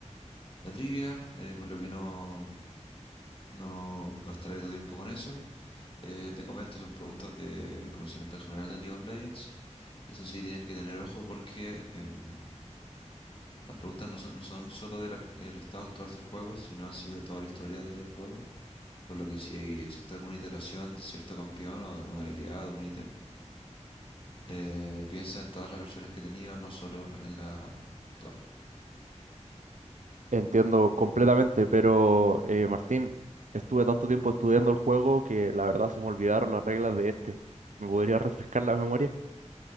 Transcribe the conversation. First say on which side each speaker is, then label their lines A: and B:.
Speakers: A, on the left; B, on the right.
A: la trivia, eh, por lo que no, no gastaré tu tiempo con eso. Eh, te comento, son preguntas de conocimiento general de League of Legends. Eso sí, tienes que tener ojo porque em, las preguntas no son, no son solo del ac- el estado actual del juego, sino han sido de toda la historia del juego. Por lo que si hay- existe alguna iteración de cierto campeón o de alguna habilidad o un ítem, eh, piensa en todas las versiones que he tenido, no solo en la actual.
B: Entiendo completamente, pero eh, Martín, estuve tanto tiempo estudiando el juego que la verdad se me olvidaron las reglas de este. ¿Me podrías refrescar la memoria?